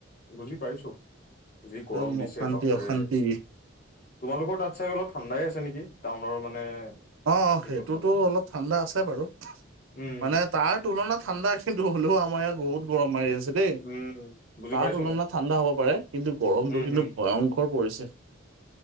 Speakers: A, on the left (about 45°); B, on the right (about 85°).
A: বুজি পাইছো যি
B: একদম
A: গৰম দিছে
B: অশান্তি
A: বাপৰে
B: অশান্তি
A: তোমালোকৰ তাত চাই অলপ ঠাণ্ডাই আছে নেকি টাউনৰ মানে।
B: অ সেইটোতো
A: এইটোত মানে
B: অলপ ঠাণ্ডা আছে বাৰু
A: উম
B: মানে তাৰ তুলনাত ঠাণ্ডা কিন্তু হলেও আমাৰ ইয়াত বহুত গৰম মাৰি আছে দেই।
A: উম বুজি
B: তাৰ
A: পাইছো
B: তুলনাত
A: মই
B: ঠাণ্ডা হ'ব পাৰে কিন্তু গৰমটো
A: উম
B: কিন্তু
A: হম
B: ভয়ংকৰ পৰিছে।